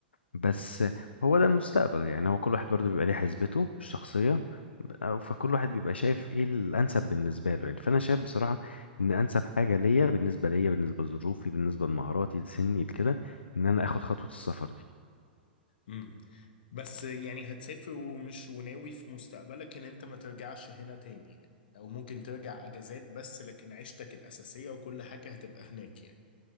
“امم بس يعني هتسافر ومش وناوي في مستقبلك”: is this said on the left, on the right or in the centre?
Left